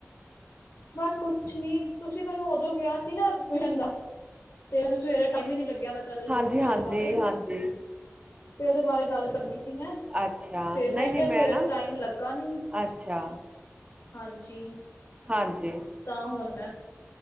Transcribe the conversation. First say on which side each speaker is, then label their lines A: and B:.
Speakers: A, on the left (about 65°); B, on the right (about 25°).
A: ਬਸ ਕੁਛ ਨੀ ਤੁਸੀਂ ਮੈਨੂੰ ਉਦੋਂ ਕਿਹਾ ਸੀ ਨਾ ਟਿਉਸ਼ਨ ਦਾ। ਤੇ ਮੈਨੂੰ ਸਵੇਰੇ ਟਾਈਮ ਹੀ ਨੀ ਲੱਗਿਆ ਮੈਂ ਤੁਹਾਨੂੰ ਇਸਦੀ
B: ਹਾਂਜੀ
A: ਟਿਊਸ਼ਨ
B: ਹਾਂਜੀ
A: ਬਾਰੇ।
B: ਹਾਂਜੀ
A: ਤੇ ਉਹਦੇ ਬਾਰੇ ਗੱਲ ਕਰਨੀ ਸੀ ਮੈਂ।
B: ਅੱਛਾ
A: ਤੇ
B: ਨਹੀਂ
A: ਮੈਂ ਕਿਹਾ
B: ਨਹੀਂ
A: ਸਵੇਰੇ
B: ਨਾ
A: ਤਾਂ ਟਾਈਮ ਲੱਗਾ ਨੀ
B: ਅੱਛਾ
A: ਹਾਂਜੀ
B: ਹਾਂਜੀ।
A: ਤਾਂ ਹੋਣ ਮੈਂ